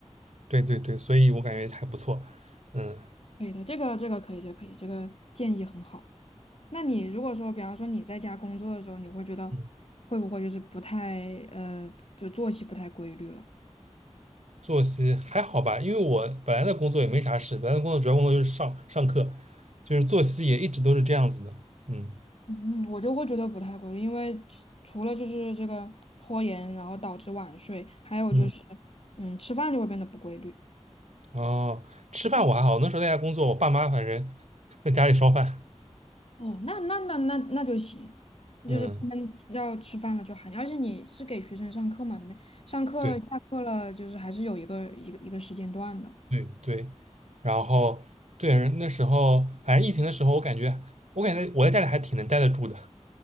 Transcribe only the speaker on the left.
可以的，这个这个可以，这个可以，这个建议很好。那你如果说，比方说你在家工作的时候，你会觉得
会不会就是不太呃，就作息不太规律了？
嗯，我就会觉得不太规律，因为除除了就是这个拖延，然后导致晚睡，还有就是，
嗯，吃饭就会变得不规律。
哦，那那那那那就行，就是他们要吃饭了就喊你，
而且你是给学生上课嘛，你上课下课了，
就是还是有一个一个一个时间段的。